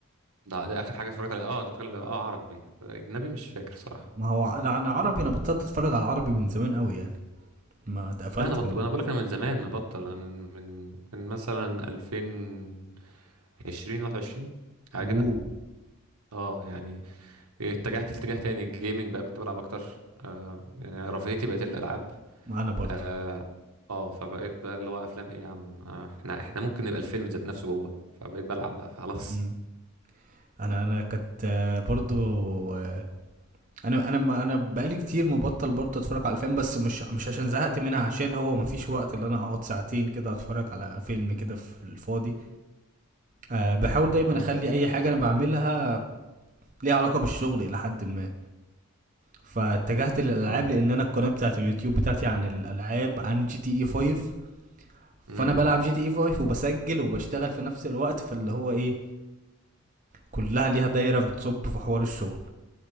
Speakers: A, on the right (about 85°); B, on the right (about 35°).
A: ده ده اخر حاجه اتفرجت عليها اه انت بتتكلم اه عربي اجنبي مش فاكر صراحه
B: ما هو ع- أنا عربي أنا بطلت أتفرج على العربي من زمان أوي يعني ما اتقفلت
A: لا انا بطل
B: من العربي
A: انا بقول لك انا من زمان مبطل انا من من من مثلا 2020 21 حاجه
B: اوه
A: كده اه يعني اتجهت لاتجاه تاني الجيمنج بقى كنت بلعب اكتر آه يعني رفاهيتي بقت الالعاب
B: ما أنا برضو
A: اه آه، فبقيت بقى اللي هو افلام ايه يا عم آه احنا احنا ممكن نبقى الفيلم ذات نفسه جوه فبقيت بلعب بقى خلاص
B: مم. أنا أنا كانت آه، برضو آه، انا انا انا بقالي كتير مبطل برضه اتفرج على الافلام بس مش مش عشان زهقت منها عشان هو مفيش وقت اللي انا اقعد ساعتين كده اتفرج على فيلم كده في الفاضي أه بحاول دايما
A: امم
B: اخلي اي حاجه انا بعملها ليها علاقه بالشغل الى حد ما فاتجهت للالعاب
A: اه
B: لان انا القناه بتاعت اليوتيوب بتاعتي عن الالعاب عن جي تي اي 5
A: امم
B: فانا بلعب جي تي اي 5 وبسجل وبشتغل في نفس الوقت فاللي هو ايه كلها ليها دايره بتصب في حوار الشغل